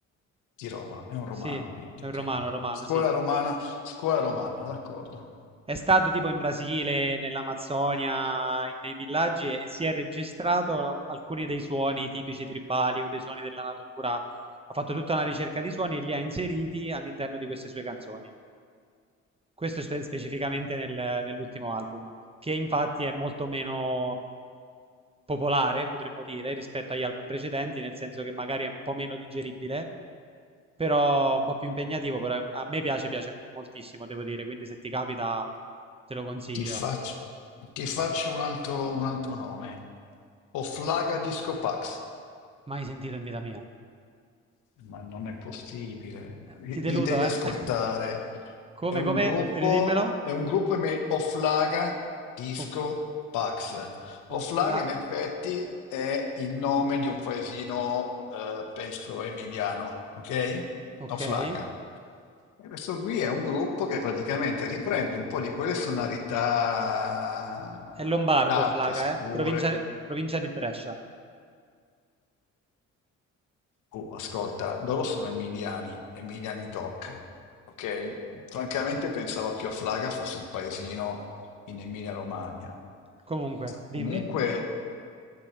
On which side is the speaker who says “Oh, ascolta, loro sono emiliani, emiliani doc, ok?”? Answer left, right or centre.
Left